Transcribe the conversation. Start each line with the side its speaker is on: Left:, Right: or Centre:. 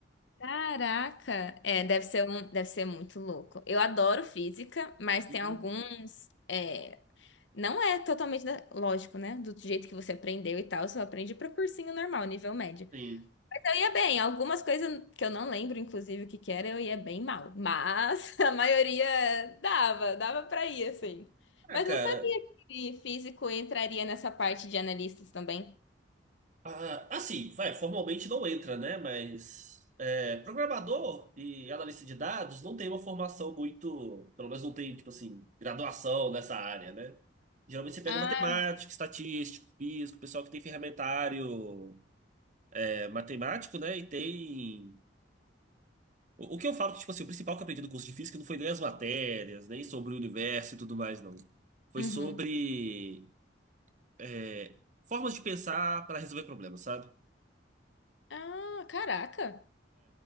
Left: Caraca! É, deve ser um, deve ser muito louco. Eu adoro física, mas tem
Right: Uhum.
Left: alguns. é, Não é totalmente da- lógico, né? Do jeito que você aprendeu e tal, só aprende para cursinho normal, nível médio.
Right: Sim.
Left: Mas eu ia bem, algumas coisas que eu não lembro, inclusive, o que que era, eu ia bem mal. Mas <laughs> a maioria dava, dava para ir, assim.
Right: Ah,
Left: Mas
Right: cara.
Left: não sabia que físico entraria nessa parte de analistas também.
Right: Ah, assim, vai, formalmente não entra, né? Mas é, programador e analista de dados não tem uma formação muito. Pelo menos não tem, tipo assim, graduação nessa área, né? Geralmente você pega
Left: Ah,
Right: matemática, estatístico, físico, pessoal que tem ferramentário é, matemático, né? E tem. O o que eu falo que, tipo assim, o principal que eu aprendi do curso de física não foi nem as matérias, nem sobre o universo e tudo mais, não. Foi
Left: é.
Right: sobre
Left: Uhum.
Right: é, formas de pensar para resolver problemas, sabe?
Left: Ah, caraca,